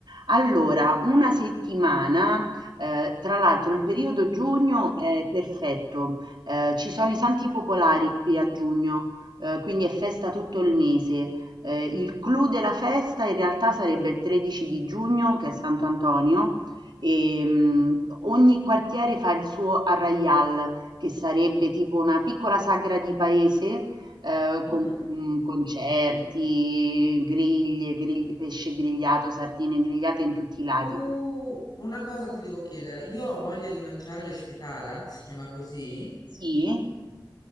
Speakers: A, on the right (about 70°); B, on the left (about 60°).
A: Allora, una settimana, eh, tra l'altro il periodo giugno è perfetto, eh, ci sono i santi popolari qui a giugno, eh, quindi è festa tutto il mese. Eh, il clou della festa in realtà sarebbe il 13 di giugno, che è Santo Antonio, e mm, ogni quartiere fa il suo arraial, che sarebbe tipo una piccola sagra di paese, ehm,
B: Mhm.
A: con, mhmm, concerti, griglie, grigl pesce grigliato, sardine grigliate in tutti i lati.
B: Uh, una cosa ti devo chiedere, io ho voglia di mangiare l'espetada, si chiama così?
A: Sì?